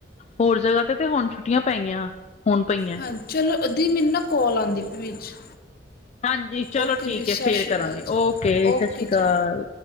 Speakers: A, on the left; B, on the left.
A: ਹੋਰ ਜਗ੍ਹਾ ਤੇ ਹੁਣ ਛੁੱਟੀਆਂ ਪਈਆ, ਹੁਣ ਪਈਆਂ
B: ਹਾਂਜੀ ਚਲੋ, ਅਧ ਮੈਨੂੰ ਨਾ ਕੋਲ ਆਉਂਦੀ ਵੀ 'ਚ
A: ਹਾਂਜੀ ਚਲੋ
B: ਓਕੇ
A: ਠੀਕ
B: ਜੀ, ਸਤਿ
A: ਹੈ ਫੇਰ
B: ਸ਼੍ਰੀ
A: ਕਰਾਂਗੇ
B: ਅਕਾਲ ਜੀ,
A: ਸਤਿ
B: ਓਕੇ
A: ਸ਼੍ਰੀ ਅਕਾਲ।
B: ਜੀ